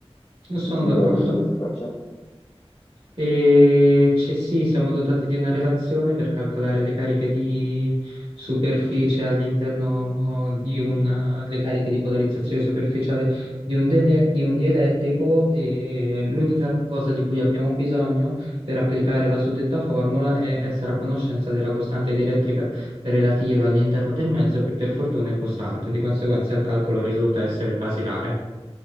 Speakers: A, on the right (about 65°); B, on the left (about 65°).
A: sono
B: Tu ti
A: d'accordo.
B: ricordi come si faccia?
A: E c'è sì, siamo dotati di una relazione per calcolare le cariche di superficie all'interno di un, le cariche di polarizzazione superficiale di un, dele- di un dielettrico e l'unica cosa di cui abbiamo bisogno per applicare la suddetta formula è essere a conoscenza della costante dielettrica relativa all'interno del mezzo che per fortuna è costante, di conseguenza il calcolo risulta essere basilare.